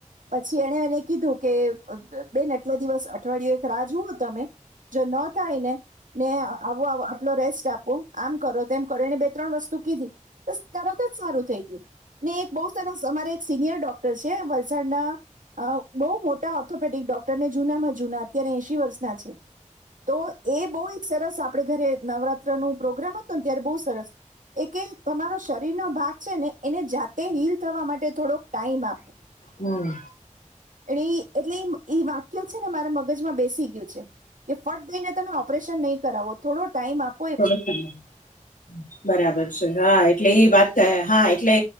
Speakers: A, on the right; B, on the left.
A: પછી એને એને કીધું કે અબ બેન એટલો દિવસ અઠવાડિય એક રાહ જુઓ તમે જો ન થાય ને ને આવું આવુ આટલો રેસ્ટ આપું આમ કરો તેમ કરીને બે ત્રણ વસ્તુ કીધી, બસ તરત જ સારું થઈ ગયું, ને એક બહુ સરસ સમારે એક સિનિયર ડોક્ટર છે વલસાડના. આવ બહુ મોટા ઓર્થોપેડિક ડોક્ટર ને જૂનામાં જૂના, અત્યારે એશી વર્ષના છે. તો એ બહુ એક સરસ આપડે ઘરે નવરાત્રનું પ્રોગ્રામ હતુને ત્યારે બહુ સરસ એ કે તમારો શરીર નો ભાગ છે ને એને જાતે હીલ થવા માટે થોડોક ટાઈમ આપો.
B: હમ્મ
A: એને ઈ એટલે ઇ ઈ વાક્ય છે ને મારા મગજમાં બેસી ગયું છે, કે ફટ દઈને તમે ઓપ પરેશન નહી કરાવો, થોડો ટાઈમ આપ
B: <unintelligible> બરાબર છે, હા એટલે ઇ વાત હા એટલે